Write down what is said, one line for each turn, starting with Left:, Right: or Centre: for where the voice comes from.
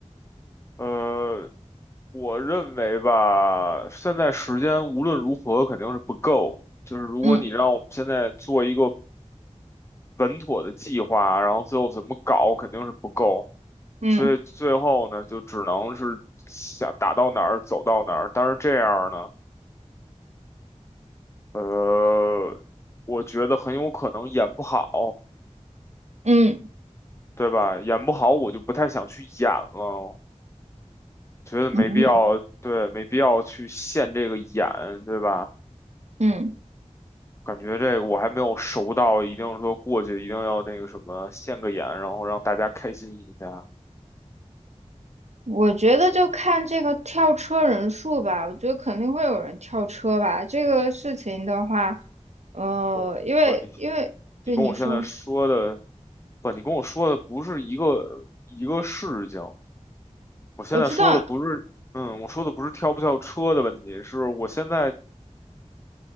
Left: 呃，我认为吧，现在时间无论如何肯定是不够，就是如果你让我们现在做一个
Right: 嗯
Left: 稳妥的计划，然后最后怎么搞，肯定是不够，
Right: 嗯。
Left: 所以最后呢，就只能是想打到哪儿走到哪儿，但是这样呢，呃，我觉得很有可能演不好，
Right: 嗯
Left: 对吧？演不好，我就不太想去演了。觉得没必要，
Right: 嗯嗯，
Left: 对，没必要去现这个眼，对吧？
Right: 嗯，
Left: 感觉这个我还没有熟到，一定说过去一定要那个什么现个眼，然后让大家开心一下。
Right: 我觉得就看这个跳车人数吧，我觉得肯定会有人跳车吧。这个事情的话，呃，
Left: 我我你
Right: 因为因为对你说，
Left: 你跟我现在说的，不，你跟我说的不是一个一个事情。我现在说的不是，
Right: 我知道，
Left: 嗯，我说的不是跳不跳车的问题，是我现在